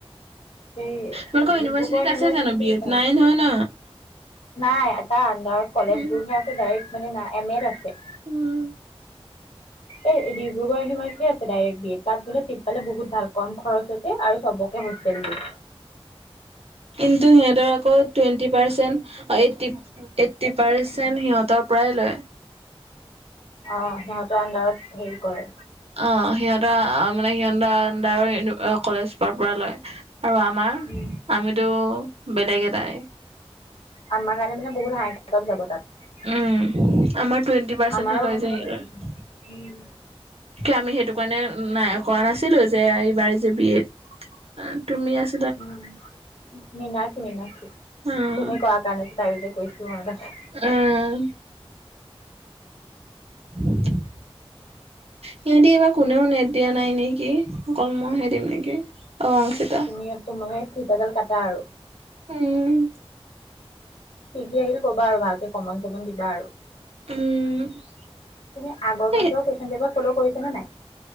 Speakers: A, on the left; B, on the right.
A: এই
B: তোমালোকৰ
A: ডিব্ৰুগড়
B: ইউনিভাৰ্চিটিত
A: ইউনিভাৰ্চিটি
B: আছে জানো বি এড
A: ভাল।
B: নাই নহয় ন
A: নাই, এটা আনডাৰত কলেজ
B: উম
A: বোৰহে আছে, ডাইৰেক্ট মানে নাই এম এড আছে।
B: উম।
A: এই ডিব্ৰুগড় ইউনিভাৰ্চিটি আছে, ডাইৰেক্ট বি এড, তাত বোলে চিট পাল বহুত ভাল কম খৰচতে আৰু চব কে হোষ্টেল দিয়ে।
B: কিন্তু সিহঁতৰ আকৌ টুৱেণ্টি পাৰ্চেন্ট অ', এইটি এইট্টি পাৰ্চেন্ট সিহঁতৰ পৰাই লয়।
A: অ', সিহঁতৰ আণ্ডাৰত হেৰি কৰে।
B: অ', সিহঁতৰ মানে সিহঁতৰ আণ্ডাৰট কলেজৰ পৰা লয়। আৰু আমাৰ,
A: উম,
B: আমিতো বেলেগ এটাই।
A: আমাৰ কাৰণে মানে বহুত হাই কাটঅফ যাব তাত।
B: উম', আমাৰ টুৱেণ্টি পাৰ্চেন্টহে
A: আমাৰো
B: লয়
A: মানে
B: যে
A: বেলেগ
B: সিহঁতৰ।
A: উম।
B: কি আমি সেইটো কাৰণে নাই কৰা নাছিলো, যে এইবাৰ যে বি এড তুমি আছ
A: উম', মিনাক্ষী মীনাক্ষী,
B: উম
A: তুমি কৰা কাৰণে যে তাইয়ো যে কৰিছিলো মনত আছে।
B: উম'। <inaudible> সিহঁতি এইবাৰ কোনেও নেট দিয়া নাই নেকি অকল মইহে দিম নেকি অ অংকিতা
A: তুমিয়ে মইয়ে ফিতা ডাল কাটা আৰু
B: উম
A: কি কি আহিলে কবা আৰু ভালকে কমন চমন দিবা আৰু
B: উম
A: তুমি আগৰ বছৰ
B: এ
A: কুৱেচন পেপাৰ ফলৌ কৰিছা নে নাই